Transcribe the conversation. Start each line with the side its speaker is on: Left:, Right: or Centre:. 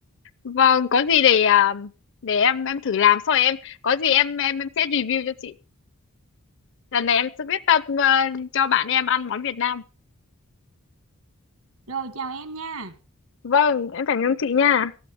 Left: vâng có gì để à, để em em thử làm sau rồi em có gì em em em sẽ review cho chị lần này em sẽ quyết tâm à, cho bạn em ăn món Việt Nam
Right: rồi chào em nha
Left: vâng em cảm ơn chị nha